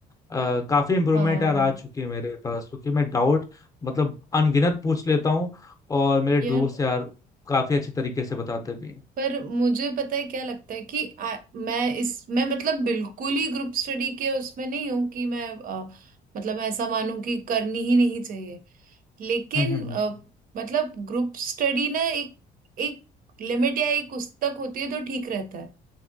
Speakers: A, on the left; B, on the right.
A: अ, काफी इम्प्रूवमेंट
B: हाँ
A: यार आ चुकी है मेरे पास क्योंकि मैं डाउट मतलब अनगिनत पूछ लेता हूँ और मेरे
B: यार
A: दोस्त यार काफी अच्छी तरीके से बताते भी हैं।
B: पर मुझे पता है क्या लगता है कि आ, मैं इस मैं मतलब बिल्कुल ही ग्रुप स्टडी के उसमें नहीं हूं कि मैं अ, मतलब ऐसा मानूं कि करनी ही नहीं चाहिए लेकिन
A: हम्म हम्म
B: अ, मतलब ग्रुप स्टडी ना एक एक लिमिट या एक उस तक होती है तो ठीक रहता है